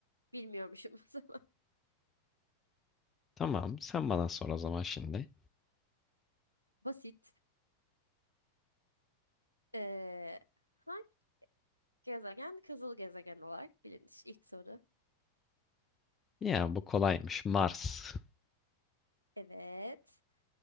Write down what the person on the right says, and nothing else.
Bilmiyormuşum <laughs> o zaman.
Basit. Ee, hangi gezegen kızıl gezegen olarak bilinir? İlk soru.
Evet.